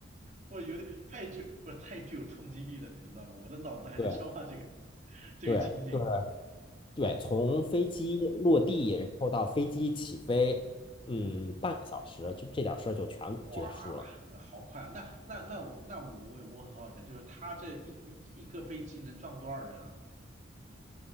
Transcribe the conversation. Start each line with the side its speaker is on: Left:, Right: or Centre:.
Right: 我有点太具，不是太具有冲击力了，你知道吗？我的脑子还在消化这个
Left: 对
Right: <laughs> 这个情景。
Left: 对，就是对，从飞机落地，然后到飞机起飞，嗯，
Right: 嗯，
Left: 半个小时，就这点事儿就全结束了，
Right: 哇，那好快啊！那那那那我我我很好奇啊就是他这一一一个飞机能撞多少人啊？